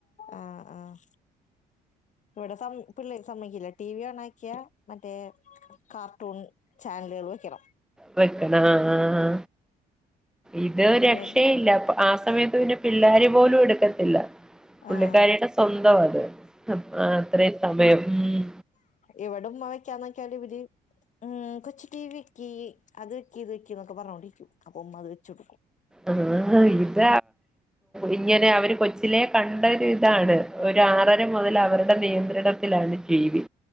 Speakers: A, on the left; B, in the centre.
A: ആഹ് ആഹ് ഇവിടെ സം പിള്ളേര് സമ്മക്കില്ല ടി വി ഓൺ ആക്കിയാ മറ്റേ കാർട്ടൂൺ ചാനലുകൾ വെക്കണം
B: വെക്കണ ആ ആ ഇത് രക്ഷയില്ല
A: അല്ലെ പിന്നെ
B: ആ സമയത്ത് പിന്നെ പിള്ളാര പോലും എടുക്കത്തില്ല പുള്ളിക്കാരിയുടെ
A: ആഹ
B: സ്വന്തം അത് അത്രയും സമയം ഉം
A: ഇവിടെ ഉമ്മ വെക്കാൻ നോക്കിയാൽ ഇവര് ഉ കൊച്ചച്ച് ടി വി വെക്കി അത് വെക്കി ഇത് വെക്കി എന്നൊക്കെ പറഞ്ഞോണ്ടിരിക്കും അപ്പൊമ്മ അത് വെച് കൊടുക്കും
B: ആ ഇത ഇങ്ങനെ അവര് കൊച്ചിലേ കണ്ട പണ്ടേ ഇതാണ് ഒരൂ ആറര മുതൽ അവരുടെ നിയന്ത്രണത്തിലാണ് ടി വി